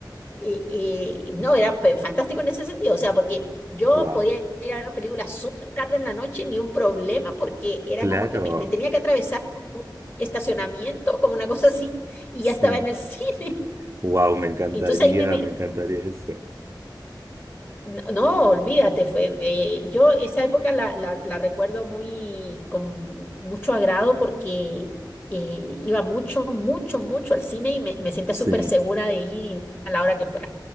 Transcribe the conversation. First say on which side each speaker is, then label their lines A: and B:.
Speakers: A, on the left; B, on the right.
A: y, y no, era pe- fantástico en ese sentido, o sea, porque yo
B: Wow.
A: podía ir a ver películas súper tarde en la noche, ni un problema, porque era
B: Claro.
A: como que me, me tenía que atravesar como un estacionamiento, como una cosa así, y
B: Sí.
A: ya estaba en el cine.
B: Wow, me
A: <laughs>
B: encantaría,
A: Entonces ahí me miró.
B: me encantaría eso.
A: No, no, olvídate, fue, eh, yo esa época la, la- la recuerdo muy con mucho agrado porque eh, iba mucho, mucho, mucho al cine y me, me sentía
B: Sí,
A: súper segura de ir a la hora que fuera.